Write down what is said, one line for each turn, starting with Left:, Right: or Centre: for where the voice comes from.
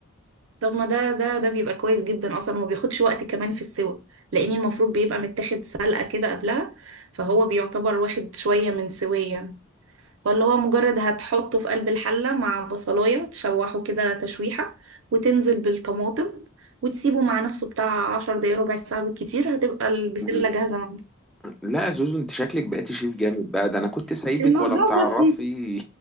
Right: طب ما ده ده ده بيبقى كويس جدا اصلا وما بياخدش وقت كمان في السوى لان المفروض بيبقى متاخد سلقة كده قبلها فهو بيعتبر واخد شوية من سوية فاللي هو مجرد هتحطه في قلب الحلة مع بصلاية تشوحه كده تشويحة وتنزل بالطماطم وتسيبه مع نفسه بتاع عشر دقايق ربع ساعة بالكتير هتبقى البسلة
Centre: ل-
Right: جاهزة معاك
Centre: لا يا زوزو انت شكلك بقيتي شيف جامد بقى ده انا كنت سايبك
Right: الموضوع
Centre: ولا بتعرفي
Right: بسيط